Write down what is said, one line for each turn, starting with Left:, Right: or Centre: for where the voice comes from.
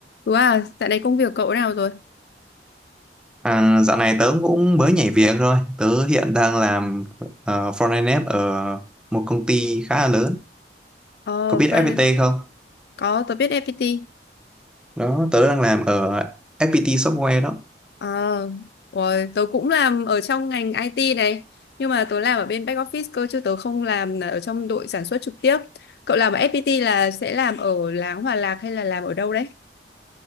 Left: Đúng à, dạo này công việc cậu nào rồi?
Centre: À, dạo này tớ cũng mới nhảy việc rồi. Tớ hiện đang làm ờ, front-end dev ở một công ty khá là lớn.
Left: Ờ,
Centre: Có biết
Left: Fran,
Centre: FPT không?
Left: có, tớ biết FPT.
Centre: Đó, tớ đang làm ở FPT Software đó.
Left: Ờ, rồi, tớ cũng làm ở trong ngành IT này. Nhưng mà tớ làm ở bên back office cơ, chứ tớ không làm là ở trong đội sản xuất trực tiếp. Cậu làm ở FPT là sẽ làm ở Láng Hòa Lạc hay là làm ở đâu đấy?